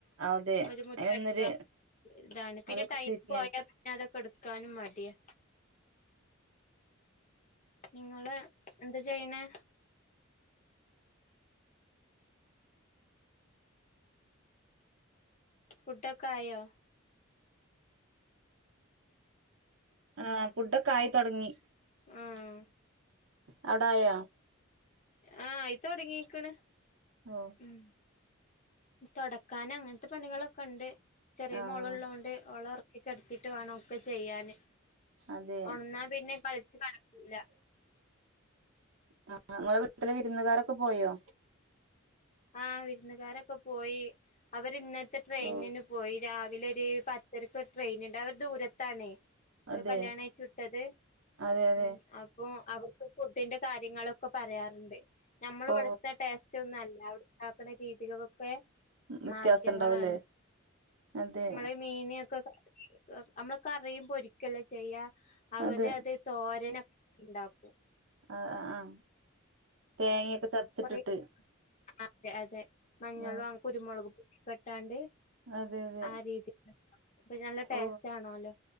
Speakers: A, on the right; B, on the left.
A: അതെ
B: ഒരുമുറ്റ
A: അയിനൊന്നൊരു
B: അടിക്കാനും ഇതാണ് പിന്നെ
A: അതൊക്കെ
B: ടൈം
A: ശരിയാണ്
B: പോയാൽ പിന്നെ അതൊക്കെ എടുക്കാനും മടിയാ നിങ്ങള് എന്ത് ചെയ്യണേ ഫുഡെക്കായോ
A: ആഹ് ഫുഡ്ഒക്കെ ആയിതൊടങ്ങി
B: ആഹ്
A: അവിടെ ആയാ
B: ആഹ് ആയിതുടങ്ങിക്കണ്
A: ഓ
B: ഉം തൊടക്കാൻ അങ്ങനത്തെ പണികളൊക്കെ ഉണ്ട് ചെറിയ
A: ആഹ്
B: മോള ഉള്ളകൊണ്ട് ഓളൊറ ക്കി കെടുത്തിട്ട് വേണം ഒക്കെ ചെയ്യാന്
A: അതെ
B: ഒണന്നാ പിന്നെ കളിച്ച് കടക്കൂല്ല
A: ആഹ് നിങ്ങളെ വീട്ടിലെ വിരുന്നുകാരൊക്കെ പോയോ
B: ആഹ് വിരുന്നുകാരൊക്കെ പോയി അവര് ഇന്നത്തെ ട്രെയിനിന്
A: ഓ
B: പോയി രാവിലെ ഒരു പത് <unintelligible> ട്രെയിൻ ഉണ്ട് അവര് ദൂരത്താണേ അവരെ
A: അതെ
B: കല്യാണം അഴച്ചുവിട്ടത്
A: അതെ അതെ
B: ഉം അപ്പൊ അവർക്ക് ഫുഡിന്റെ കാര്യങ്ങളൊക്കെ പറയാറുണ്ട് നമ്മൾ ഇവിടുത്തെ
A: ഓ
B: ടേസ്റ്റ് ഒന്നും അല്ല അവിടെണ്ടാക്കുന്ന രീതികകൊക്കെ
A: വ്യത്യാസം
B: മാറ്റങ്ങളാണ്
A: ഇണ്ടാവുംല്ലേ അതെ
B: മ്മള് മീനൊക്കെ കഴുകി നമ്മള് കറിം പൊരിക്കല്ലോ ചെയ്യാ അവര്
A: അതെ
B: അത് തോരനൊക്കെ ഉണ്ടാക്കും
A: ആഹ് ആഹ് തേങ്ങയൊക്കെ
B: ആഹ്
A: ചതച്ചിട്ടിട്ട്
B: കൊറെ അതെ അതെ മഞ്ഞളും
A: ആഹ്
B: അ കുരുമുളക് പൊടിക്കെട്ടാണ്ട്
A: അതെ അതെ
B: ആ രീതിപ്പ അപ്പ നല്ല ടേസ്റ്റ്
A: ഓ
B: കാണുല്ലോ